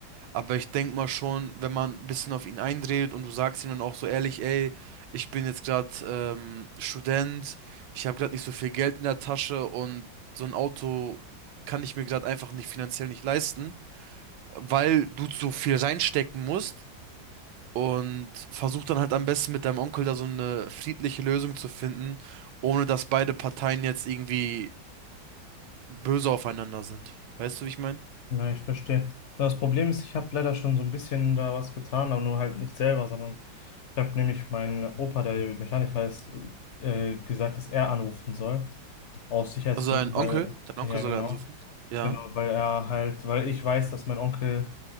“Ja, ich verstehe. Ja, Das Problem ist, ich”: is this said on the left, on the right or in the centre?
Left